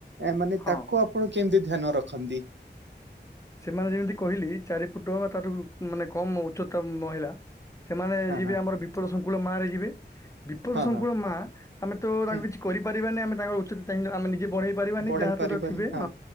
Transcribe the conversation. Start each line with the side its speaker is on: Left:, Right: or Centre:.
Right: ଆ ମାନେ
Left: ହଁ
Right: ତାକୁ ଆପଣ କେମିତି ଧ୍ୟାନ ରଖନ୍ତି?
Left: ସେମାନେ ଯେମିତି କହିଲି ଚାରି ଫୁଟ ବା ତାଠାରୁ ମାନେ କମ ଉଚ୍ଚତା ମହିଳା ସେମାନେ
Right: ହଁ
Left: ଯିବେ
Right: ହଁ
Left: ଆମର ବିପଦ ସଂଙ୍କୁଳ ମାରେ ଯିବେ। ବିପଦ
Right: ହଁ
Left: ସଂଙ୍କୁଳ
Right: ହଁ
Left: ମା ଆମେ ତ ତାଙ୍କୁ
Right: ହୁଁ
Left: କିଛି କରିପାରିବାନି। ଆମେ ତାଙ୍କ ଉଚ୍ଚତା ଚାହିଁଲେ ଆମେ ନିଜେ ବି ବଢ଼େଇପାରିବନି
Right: ବଢେଇ
Left: ଯାହା ଉଚ୍ଚତା
Right: ପାରିବନି
Left: ଥିବେ।
Right: ହଁ